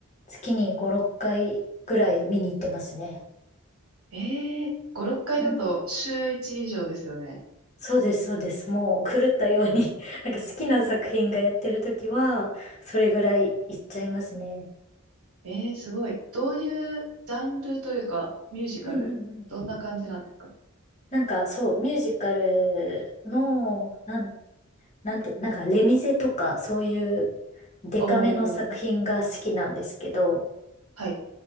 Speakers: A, on the left (about 30°); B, on the right (about 75°).
A: 月に5、6回ぐらい見に行ってますね。
B: ええー、5、6回だと週1以上ですよね。
A: うん。そうです、そうです。もう狂ったように <laughs> なんか好きな作品がやってる時は、それぐらい行っちゃいますね。
B: ええーすごい。どういうジャンルというか、ミュージカル、
A: うんうんうん。
B: どんな感じなんですか
A: なんかそう、ミュージカルの、なん、なんて、なんかレミゼとかそういうデカめの作品が好きなんですけど、
B: おー、はい。